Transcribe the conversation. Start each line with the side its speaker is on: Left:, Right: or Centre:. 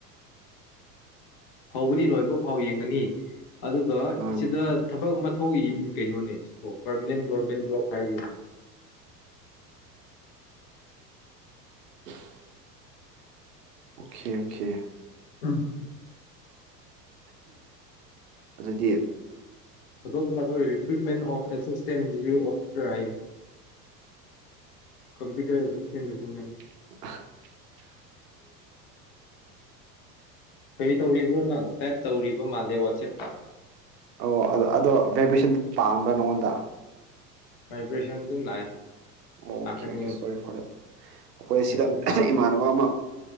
Left: ꯍꯧꯕꯗꯤ ꯂꯣꯏꯕ ꯐꯥꯎ ꯌꯦꯡꯒꯅꯤ꯫ ꯑꯗꯨꯒ
Right: ꯎꯝ
Left: ꯁꯤꯗ ꯊꯕꯛ ꯑꯃ ꯊꯣꯛꯏ ꯀꯩꯅꯣꯅꯦ ꯁꯤꯕꯨꯣ ꯄꯔꯃꯅꯦꯟ ꯒꯣꯔꯃꯦꯟ ꯖꯣꯕ ꯍꯥꯏꯔꯤꯅꯤ꯫
Right: <unintelligible> ꯑꯣꯀꯦ-ꯑꯣꯀꯦ
Left: ꯎꯝꯝ
Right: ꯑꯗꯨꯗꯤ
Left: <unintelligible> ꯍꯣꯏ recruitment of assistant review of ꯔꯥꯏ ꯀꯝꯄ꯭ꯨꯇꯔ ꯑꯦꯁꯤꯁꯇꯦꯟ ꯔꯤꯀ꯭ꯔꯨꯠꯃꯦꯟ꯫
Right: <unintelligible>
Left: ꯀꯔꯤ ꯇꯧꯔꯤꯕ꯭ꯔꯣ ꯅꯪ ꯇꯥꯏꯞ ꯇꯧꯔꯤꯕ ꯃꯥꯜꯂꯦ ꯋꯥꯆꯦꯞꯇ꯫
Right: ꯑꯣ ꯑꯗꫭ ꯑꯗꯣ ꯚꯥꯏꯕ꯭ꯔꯦꯁꯟ ꯄꯥꯝꯕ꯭ꯔꯥ ꯅꯉꯣꯟꯗ꯫
Left: ꯚꯥꯏꯕ꯭ꯔꯦꯁꯟ ꯑꯗꯨꯝ ꯂꯥꯛꯑꯦ꯫
Right: ꯑꯣꯀꯦ-ꯑꯣꯀꯦ
Left: ꯂꯥꯛꯍꯟꯒꯅꯨ
Right: ꯐꫭꯔ ꯗꯦꯠ ꯑꯈꯣꯏ ꯑꯁꯤꯗ
Left: ꯃꯦꯁꯦꯖ ꯂꯥꯛ
Right: ꯏꯃꯥꯟꯅꯕ ꯑꯃ